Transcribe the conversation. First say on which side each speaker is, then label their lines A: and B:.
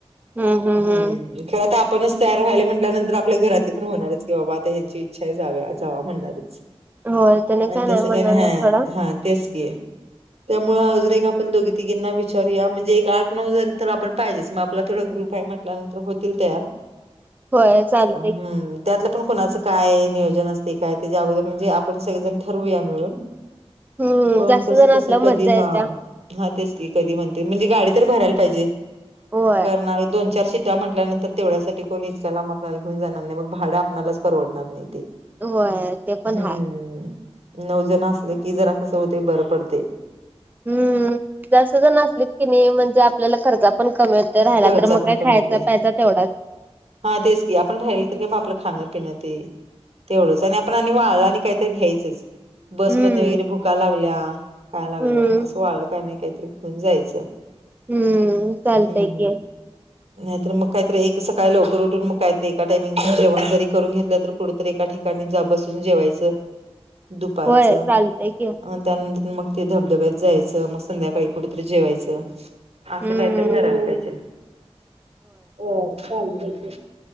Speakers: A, on the right; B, on the right.
A: हम्म हम्म
B: हम्
A: हम्म
B: खर आता आपणच तयार व्हायला म्हटल्यानंतर आपल्या घरातली पण होणारच की बाबा आता ह्यांची इच्छा आहे जाव्या जावा म्हणणारच
A: होय त्याने
B: आणि तस
A: म्हणणार
B: काय नाही हा
A: सोडा
B: हा तेच की त्यामुळ अजून एक आपण दोघी तिघींना विचारूया,, म्हणजे एक आठ नऊ झाल्यानंतर आपणऽ पाहिजेच,, मग आपला तेवडं ग्रुप आहे म्हटल्यानंतर होतील तयारऽ
A: होय चालऽ
B: हम्म, त्यातलं पण कुणाचं काय नियोजन असतय काय,, त्याच्या अगोदर म्हणजे आपण सगळेजण ठरवूया मिळूनऽ
A: हम्म
B: कोण
A: जास्त
B: कस
A: जण
B: कसं
A: असल्यावर
B: कधी?
A: मज्जा येत्या
B: हा,,, हा, तेच की कधी म्हणते म्हणजे गाडी तर भरायला पाहिजे,,
A: होय.
B: करणा दोनऽ चार शिटा म्हटल्यानंतर तेवढ्यासाठी कोणी इतकल्या लांब मऽ घिउन जाणार नाही मग भाडं आपणालाच परवडणार नाही ते,,
A: होय ते पण
B: हम्म,,
A: हाय
B: नऊजण असलं की जरा कसं होतय, बरं पडतय.
A: हम्म,, जास्त जन आसलीत की नाही म्हणजे आपल्याला खर्चा पण कमीेऽ राहिला
B: खर्चा
A: तर मग
B: पण
A: काय
B: कमी
A: खायचा,
B: येते
A: पायचा तेवढाच.
B: हा तेच की,, आपण राहिलं तर काय मग आपलं खाणं पिणं तेऽ तेवढंच,, आणि आपण आणि वाळळ आणि काहीतरी घ्यायचंच बसमधे
A: हम्म
B: वगैरे भुका लागल्या,, काय लागलं,,
A: हम्म
B: असं वाळ काय नाही काहीतरी घेऊन जायचं.
A: हम्म,, चालतय
B: हम्म
A: की.
B: नाहीतर मग काहीतरी एक सकाळी लवकर उठून मग काहीतरी एका टाइमिंग चं जेवण जरी करून घेतलं तर कुडतरी एका ठिकाऽ ठिकणी बसून जेवायचं,, दुपारचं,,
A: होय चालतय की
B: अ त्यानंतर मगऽ ते धबधब्यात जायचं,, मग संध्याकाळी कुठतरी जेवायचं,, असं
A: हम्म
B: कायतरी करायला पाहिजे. हो,, चालतय की.